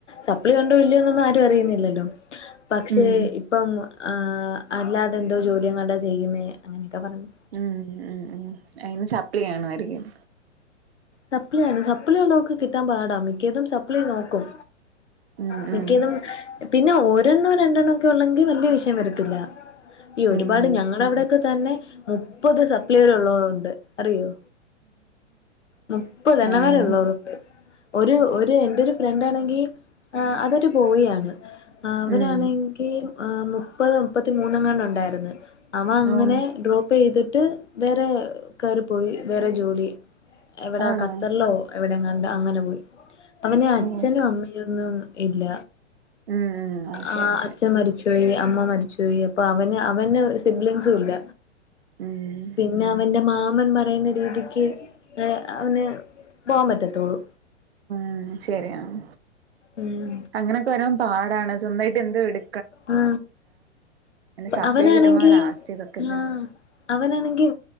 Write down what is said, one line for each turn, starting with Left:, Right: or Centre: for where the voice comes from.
Left: സപ്ലി കൊണ്ടോ ഇല്ലയോന്നൊന്നും ആരും അറിയുന്നില്ലല്ലോ പക്ഷേ
Right: ഉം
Left: ഇപ്പം ആ അല്ലാതെന്തോ ജോലിയെങ്ങാണ്ടാ ചെയ്യുന്നേ അങ്ങനെയൊക്കെ പറഞ്ഞു
Right: ഉം ഉം ഉം അയിന് സപ്ലി കാണ്‌വാരികും
Left: സപ്ലിയാണ് സപ്ലി ഉള്ളോർക്ക് കിട്ടാൻ പാടാ മിക്കതും സപ്ലി നോക്കും
Right: ഉം
Left: മിക്കതും
Right: ഉം
Left: പിന്നെ ഒരെണ്ണോ രണ്ടെണ്ണോ ഒക്കെ ഒള്ളെങ്കി വല്യ വിഷയം വരത്തില്ല ഈ ഒരുപാട്
Right: ഉം
Left: ഞങ്ങളവടെക്കെ തന്നെ മുപ്പത് സപ്ല്യരൊള്ളൊവളണ്ട് അറിയോ മുപ്പതെണ്ണം
Right: ആഹ്
Left: വരെ ള്ളൊലുണ്ട് ഒരു ഒരു എന്റൊരു ഫ്രണ്ടാണെങ്കിആ അതൊരു ബോയി ആണ് അവനാണെങ്കീ
Right: ഉം
Left: ഹ് മുപ്പത് മുപ്പത്തിമൂന്നൊങ്ങാണ്ടൊണ്ടായിരുന്ന് അവ അങ്ങനെ
Right: ഓഹ്
Left: ഡ്രോപ്പ് ചെയ്തി ട്ട് വേറെ കേറി പോയി വേറെ ജോലി എവിടാ
Right: ആണോ
Left: ഖത്തറിലോ എവിടെങ്ങ ണ്ട് അങ്ങനെ പോയി അവന് അച്ഛനും
Right: ഓഹ്
Left: അമ്മയൊന്നും ഇല്ല
Right: ഉം ഉം ഓഹ് ശരി
Left: ആ അച്ഛൻ
Right: ശരി
Left: മരിച്ചോയി അമ്മ മരി ചോയി അപ്പൊ അവന് അവന് സിമ്പ്ളിങ്സും ഇല്ല
Right: ഉം
Left: പിന്നെ അവന്റെ മാമൻ പറയുന്ന രീതിക്ക് ഹ് അവന് പോവാൻ പറ്റൊത്തുള്ളൂ
Right: ഉം ശരിയാണ്‌
Left: ഉം
Right: അങ്ങനൊക്കെ വരും പാടാണ് സ്വന്തായിട്ട് എന്തോ എടു
Left: ആ
Right: സപ്ലി
Left: അവനാണെങ്കി
Right: കിട്ടുമ്പോ ലാസ്റ്റ് ഇതൊക്കെ
Left: ആ
Right: പിന്നെ
Left: അവനാണെങ്കി